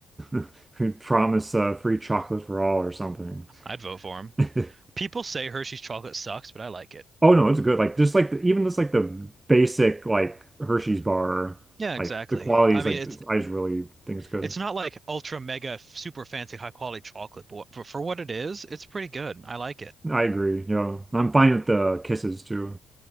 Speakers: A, on the right; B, on the right.
A: <laughs> we promise uh, free chocolate for all or something.
B: I'd vote for him.
A: <laughs>
B: People say Hershey's chocolate sucks, but I like it.
A: Oh no, it's good. Like just like the, even just like the basic like Hershey's bar,
B: Yeah, exactly.
A: like the quality
B: I
A: is
B: mean,
A: like it's-
B: it's
A: I just really think it's good.
B: it's not like ultra mega super fancy high quality chocolate, but for, for what it is, it's pretty good. I like it.
A: I agree. You know, I'm fine with the kisses too.